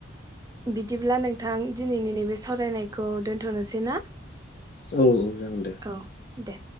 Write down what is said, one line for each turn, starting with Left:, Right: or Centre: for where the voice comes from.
Right: बिदिब्ला नोंथां दिनैनि नैबे सावरायनायखौ दोन्थ'नोसै ना
Left: औ औ जागोन दे
Right: औ दे